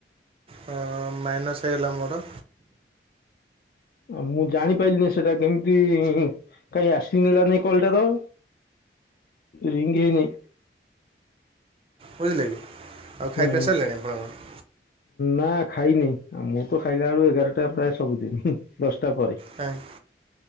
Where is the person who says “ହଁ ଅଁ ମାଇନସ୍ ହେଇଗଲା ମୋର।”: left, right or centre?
Right